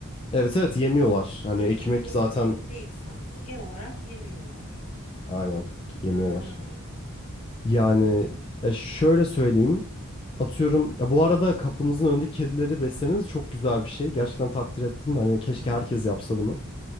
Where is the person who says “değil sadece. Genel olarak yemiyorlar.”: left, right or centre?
Left